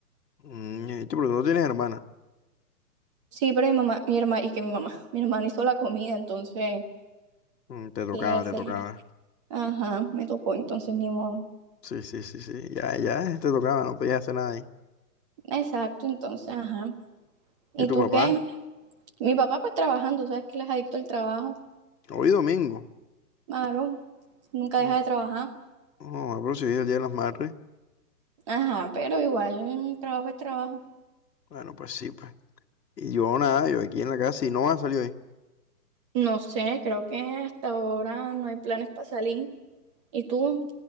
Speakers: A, on the left (about 80°); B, on the right (about 20°).
A: Mm, eh, che, pero tú no tienes hermana.
B: Sí, pero mi mamá, mi hermana, y que mi mamá, <laughs> mi hermana hizo la comida, entonces,
A: Mm, te tocaba,
B: ¿qué hacer?
A: te tocaba.
B: Ajá, me tocó, entonces ni modo.
A: Sí, sí, sí, sí. Ya, ya, eh, te tocaba, no podías hacer nada ahí.
B: Exacto, entonces, ajá. ¿Y
A: ¿Y tu
B: tú
A: papá?
B: qué? Mi papá pues trabajando, sabes que él es adicto al trabajo,
A: Hoy domingo.
B: claro, nunca
A: No,
B: deja de trabajar.
A: no, ah, pero si hoy es el Día de las Madres.
B: Ajá, pero igual, mm, trabajo es trabajo.
A: Bueno, pues sí, pues. Y yo nada, yo aquí en la casa y no va a salir hoy.
B: No sé, creo que hasta ahora no hay planes para salir. Y tú